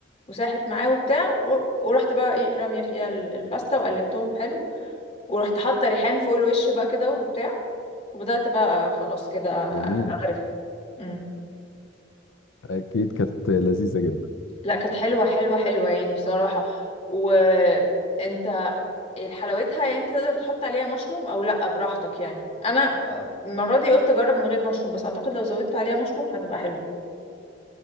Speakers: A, on the left; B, on the left.
A: وساحت معاه وبتاع و- ورحت بقى ايه راميه فيها ال- الباستا وقلبتهم حلو ورحت حاطه ريحان فوق الوش بقى كده وبتاع وبدات بقى خلاص كده اغرف
B: جميل
A: امم
B: اكيد كانت لذيذه جدا
A: لا كانت حلوه حلوه حلوه يعني بصراحه وانت حلاوتها يعني انت تقدر تحط عليها مشروم او لا براحتك يعني انا المره دي قلت اجرب من غير مشروم بس اعتقد لو زودت عليها مشروم هتبقى حلوه